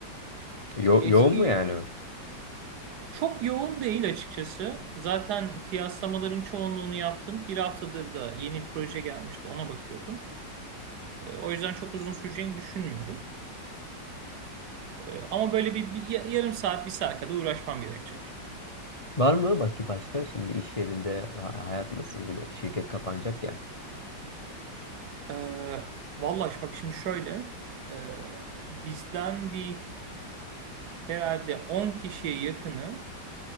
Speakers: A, on the left; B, on the right.
A: Yo
B: Eski
A: yoğun
B: yük
A: mu yani?
B: çok yoğun değil açıkçası. Zaten kıyaslamaların çoğunluğunu yaptım. Bir haftadır da yeni proje gelmişti, ona bakıyordum. E, o yüzden çok uzun süreceğini düşünmüyorum. E, ama böyle bir, bir ya- yarım saat, bir saat kadar uğraşmam gerekecek.
A: Var mı? Bak ki başka şimdi iş yerinde ha- hayat nasıl bile şirket kapanacak ya.
B: Ee, vallahi bak şimdi şöyle e, bizden bir herhalde 10 kişiye yakını